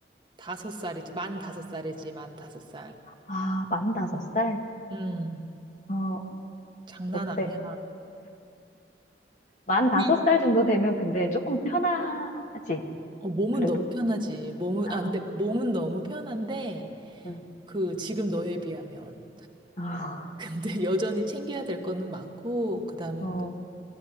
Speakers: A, on the right (about 25°); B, on the left (about 45°).
A: 다섯 살이지, 만 다섯 살이지, 만 다섯 살.
B: 아, 만 다섯 살
A: 음,
B: 어,
A: 장난
B: 어때?
A: 아니야.
B: 만 다섯
A: 이-
B: 살 정도 되면 근데 조금 편하지.
A: 어, 몸은
B: 그래도.
A: 너무 편하지. 몸은,
B: 아,
A: 아, 근데 몸은 너무 편한데,
B: 응.
A: 그, 지금 너에 비하면.
B: 아,
A: 근데 <laughs> 여전히 챙겨야 될 거는 많고, 그 다음에
B: 어.
A: 또,